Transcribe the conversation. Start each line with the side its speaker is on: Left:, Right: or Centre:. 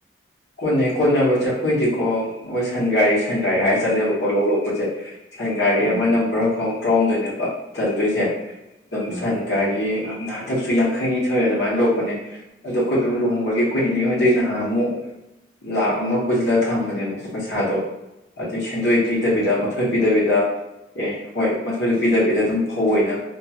Left: ꯀꯣꯟꯅꯩ ꯀꯣꯟꯅꯕꯁꯦ ꯑꯩꯈꯣꯏꯗꯤꯀꯣ ꯑꯩꯈꯣꯏ ꯁꯟ ꯒꯥꯔꯤ ꯁꯟꯒꯥꯔꯤ ꯍꯥꯏꯔꯒ ꯆꯠꯂꯦꯕꯀꯣ ꯂꯧ ꯂꯣꯛꯄꯁꯦ ꯁꯦꯡꯒꯥꯔꯤ
Right: ꯎꯝ
Left: ꯑꯃ ꯅꯝꯕꯔ ꯈꯣꯡ ꯇ꯭ꯔꯥꯍꯨꯝꯗꯣꯏꯅꯦꯕ ꯆꯟꯗꯣꯏꯁꯦ ꯑꯗꯨꯝ
Right: ꯎꯝ
Left: ꯁꯟꯒꯥꯔꯤ ꯅꯍ ꯍꯟꯗꯛꯁꯨ ꯌꯥꯡꯈꯩꯅꯤ ꯊꯣꯏ ꯑꯗꯨꯃꯥꯏꯅ ꯂꯣꯛꯄꯅꯦ ꯑꯗꯣ ꯑꯩꯈꯣꯏꯕꯨ ꯑꯃ ꯂꯨꯍꯣꯡꯕꯒꯤ ꯑꯩꯈꯣꯏ ꯅꯤꯅꯤ ꯍꯣꯏꯗꯩ ꯅꯍꯥꯟ ꯑꯃꯨꯛ ꯂꯥꯛ ꯑꯃ ꯄꯨꯁꯤꯜꯂꯒ ꯊꯝꯕꯅꯦꯕꯀꯣ ꯄꯩꯁꯥꯗꯣ ꯑꯗꯨꯩ ꯁꯦꯟꯗꯣꯏ ꯄꯤꯗꯕꯤꯗ
Right: ꯎꯝ
Left: ꯃꯊꯣꯏ ꯄꯤꯗꯕꯤꯗ ꯑꯦ ꯍꯣꯏ ꯃꯊꯣꯏꯗꯣ ꯄꯤꯗꯕꯤꯗ ꯑꯗꯨꯝ ꯐꯧ ꯑꯣꯏꯅ